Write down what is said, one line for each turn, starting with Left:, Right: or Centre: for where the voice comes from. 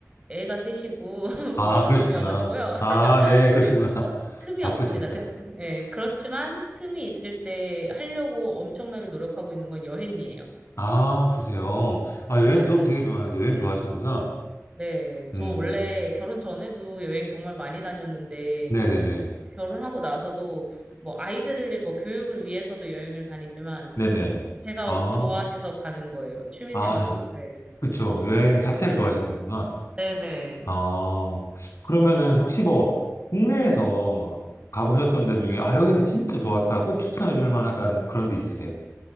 Right: 애가 셋이고 <laughs>
Left: 아,
Right: 워킹맘이어가지고요.
Left: 그러시구나.
Right: <laughs>
Left: 아, 네, 그러시구나.
Right: 네.
Left: <laughs>
Right: 틈이
Left: 바쁘시겠다.
Right: 없습니다. 근, 예, 그렇지만 틈이 있을 때 하려고 엄청나게 노력하고 있는 건 여행이에요.
Left: 아, 그러세요. 아,
Right: 네,
Left: 여행
Right: 여행
Left: 저도
Right: 다니는
Left: 되게
Right: 거
Left: 좋아하는데
Right: 좋아요.
Left: 여행 좋아하시는구나.
Right: 네,
Left: 음,
Right: 저 원래 결혼 전에도 여행 정말 많이 다녔는데
Left: 네네네.
Right: 결혼하고 나서도 뭐 아이들을 뭐 교육을 위해서도 여행을 다니지만
Left: 네네.
Right: 제가
Left: 아,
Right: 좋아해서 가는 거예요. 취미
Left: 아,
Right: 생활로. 네.
Left: 그쵸. 여행 자체를 좋아하시는 거구나.
Right: 네네.
Left: 아, 그러면은 혹시 뭐 국내에서 가보셨던 데 중에 아, 여기는 진짜 좋았다. 꼭 추천해 줄 만하다는 그런 데 있으세요?